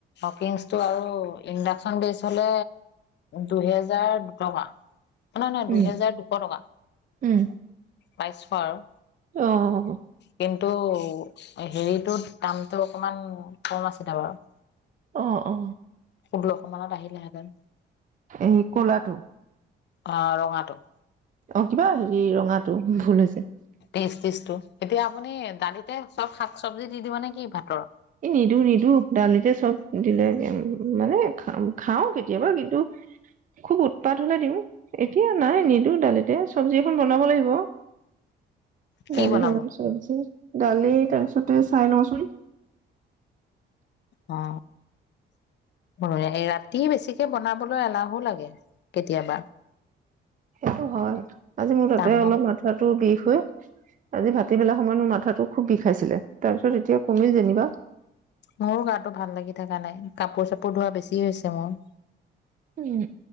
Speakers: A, on the left; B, on the right.
A: হটকেছটো আৰু ইণ্ডাকচন বেচ হলে দুহেজাৰ দুটকা নহাই নহাই
B: উম
A: দুহেজাৰ দুশ টকা
B: উম
A: পাইছো আৰু
B: অ
A: কিন্তু হেৰিটোত দামটো অকমান কম আছিলে বাৰু
B: অ অ
A: ্ <unintelligible> লশানত আহিলেহেঁতেন
B: এই কলাটো
A: অ ৰঙাটো
B: অ কিবা হেৰি ৰঙাটো ভুল হৈছে
A: ে <unintelligible> ষ্টটো এতিয়া আপুনি দালিতে চব শাক চব্জি দি দিব নে কি ভাতৰত
B: এ নিদো নিদো দালিতে চব দিলে মানো খাওঁ কেতিয়াবা কিন্তু খুব উৎপাত হলে দিওঁ এতিয়া নাই নিদো দালিতে চবজি এখন বনাব লাগিব
A: কি
B: ডালি
A: বনাব
B: বনাম চব্জি দালি তাৰপিছতে চাই লচোন উ
A: অ ৰাতি বেছিকে বনাবলৈ এলাহো লাগে কেতিয়াবা
B: সেইটো হয় আজি মোৰ তাতে
A: কাম
B: অলপ মাথটো বিষ আজি ভাটিবেলা সময়ত মোৰ মাথাটো খুব বিষাইছিলে তাৰপিছত এতিয়া কমিল যেনিবা
A: মোৰো গাটো ভাল লাগি থকা নাই কাপোৰ চাপোৰ ধোৱা বেছি হৈছে মোৰ
B: উম